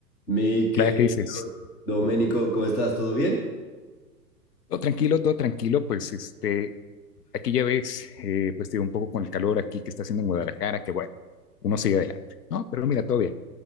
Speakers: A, in the centre; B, on the left.
A: Mi que
B: Hola, ¿qué dices?
A: Domenico, ¿cómo estás? ¿Todo bien?
B: Todo tranquilo, todo tranquilo, pues este, aquí ya ves, eh, pues te digo, un poco con el calor aquí que está haciendo en Guadalajara, que bueno, uno sigue adelante, ¿no? Pero mira, todo bien.